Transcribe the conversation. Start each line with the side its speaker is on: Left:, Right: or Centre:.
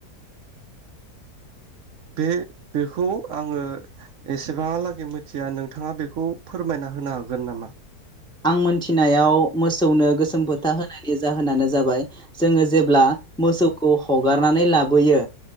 Right: बे बेखौ आङो एसेबांहालागै मिथिया नोंथाङा बेखौ फोरमायना होनो हागोन नामा?
Centre: आं मोनथिनायाव मोसौनो गोसोम फोथा होनायनि जाहोनानो जाबाय जोङो जेब्ला मोसौखौ हगारनानै लाबोयो